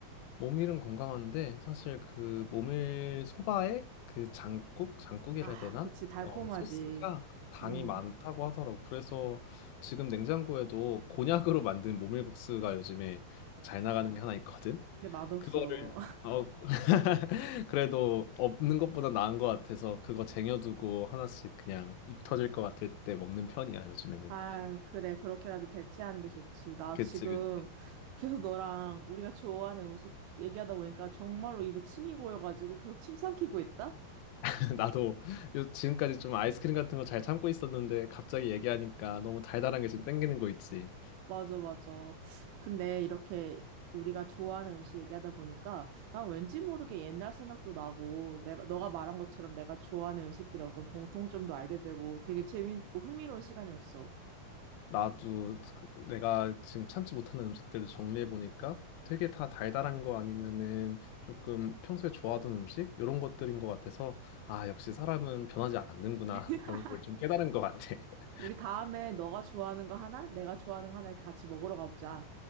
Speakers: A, on the left; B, on the right.
A: 모밀은 건강한데 사실 그 모밀 소바에 그 장국 장국이라
B: 아,
A: 해야 되나?
B: 그치. 달콤하지.
A: 어 그 소스가 당이
B: 음.
A: 많다고 하더라고. 그래서 지금 냉장고에도 곤약으로 만든 모밀국수가 요즘에 잘 나가는 게 하나 있거든.
B: 근데 맛없어.
A: 그거를 어 <laughs> 그래도 없는 것보다 나은 것 같아서 그거 쟁여두고 하나씩 그냥 입 터질 것 같을 때 먹는 편이야 요즘에는.
B: 아, 그래. 그렇게라도 대체하는 게 좋지. 나
A: 그치
B: 지금
A: 그치.
B: 계속 너랑 우리가 좋아하는 음식 얘기하다 보니까 정말로 입에 침이 고여가지고 계속 침 삼키고 있다?
A: <laughs> 나도 요- 지금까지 좀 아이스크림 같은 거 잘 참고 있었는데 갑자기 얘기하니까 너무 달달한 게 지금 땡기는 거 있지.
B: 맞아, 맞아. 근데 이렇게 우리가 좋아하는 음식 얘기하다 보니까 난 왠지 모르게 옛날 생각도 나고 내가, 너가 말한 것처럼 내가 좋아하는 음식들의 어떤 공통점도 알게 되고 되게 재밌고 흥미로운 시간이었어.
A: 나도 그- 내가 지금 참지 못하는 음식들을 정리해 보니까 되게 다 달달한 거 아니면은 조금 평소에 좋아하던 음식 이런 것들인 것 같아서 아 역시 사람은 변하지 않는구나
B: <laughs>
A: <laughs> 이런 걸 좀 깨달은 것 같아. <laughs>
B: 우리 다음에 너가 좋아하는 거 하나, 내가 좋아하는 거 하나 이렇게 같이 먹으러 가보자.